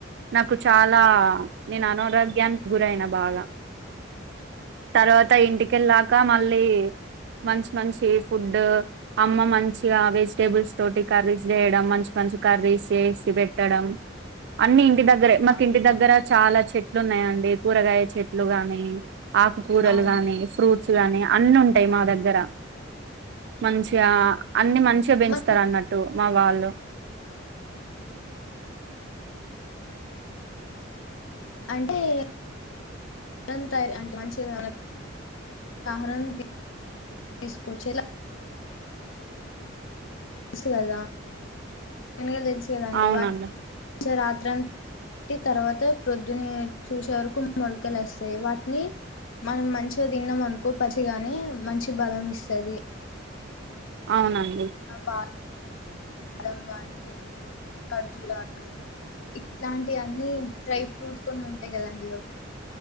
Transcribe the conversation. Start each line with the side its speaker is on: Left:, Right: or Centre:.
Right: నాకు చాలా నేను అనారోగ్యానికి గురైన బాగా తర్వాత ఇంటికెళ్ళాక మళ్ళీ మంచి మంచి ఫుడ్ అమ్మ మంచిగా వెజిటేబుల్స్ తోటి కర్రీస్ చేయడం మంచి మంచి కర్రీస్ చేసి పెట్టడం అన్ని ఇంటి దగ్గరే మాకి
Left: ఆ
Right: ఇంటి దగ్గర చాలా చెట్లు ఉన్నాయండి కూరగాయ చెట్లు గాని ఆకుకూరలు
Left: అవును
Right: గాని ఫ్రూట్స్ గాని అన్ని ఉంటాయి మా దగ్గర మంచిగా అన్ని మంచిగా పెంచుతారు
Left: మనం
Right: అన్నట్టు మా వాళ్ళు
Left: అంటే <unintelligible> అంటే మంచిగా ఆహారం తీ తీసుకొచ్చేలా తెలుసు కదా శెనగలు తెలుసు కదాండి
Right: అవునండి
Left: వాటిని రాత్ర తర్వాత ప్రొద్దుని చూసే వరకు మొలకలు వస్తాయి వాటిని మనం మంచిగా తిన్నాం అనుకో పచ్చగానే మంచి బలం ఇస్తది
Right: అవునండి
Left: ఇంకా బా బాదం గాని లేకపోతే ఖర్జురాలు ఇట్లాంటివన్నీ డ్రై ఫ్రూట్స్ కొన్ని ఉంటాయి కదండి